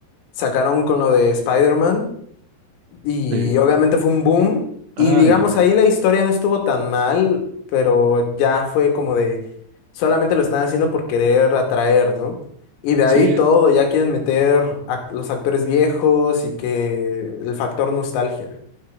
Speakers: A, on the left; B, on the right.
A: sacaron con lo de Spider-Man y
B: Sí.
A: obviamente fue un boom
B: Ah,
A: y digamos
B: ya.
A: ahí la historia no estuvo tan mal, pero ya fue como de solamente lo están haciendo por querer atraer, ¿no? Y de
B: Sí,
A: ahí todo, ya quieren meter a los actores viejos y que el factor nostalgia.